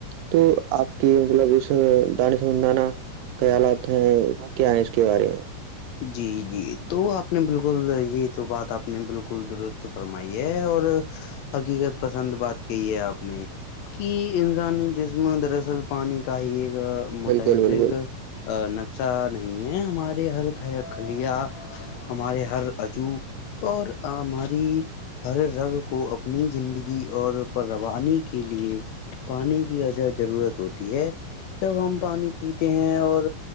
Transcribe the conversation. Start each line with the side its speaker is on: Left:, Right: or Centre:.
Right: تو آپ کی مطلب اس دانے سبند دانا خیالات ہیں وہ کیا ہیں اس کے بارے میں
Left: جی جی تو آپ نے بالکل یہ تو بات آپ نے بالکل درست فرمائی ہے اور حقیقت پسند بات کہ ہے آپ نے کہ انسانی جسم دراصل پانی کا ہی ایک متحرک
Right: بالکل بالکل
Left: نقشہ نہیں ہے ہمارے ہے کھلیا ہمارے ہر عجو اور ہماری ہر رگ کو اپنی زندگی اور پر روانی کے لیے پانی کی اجا ضرورت ہوتی ہے جب ہم پانی پیتے ہیں اور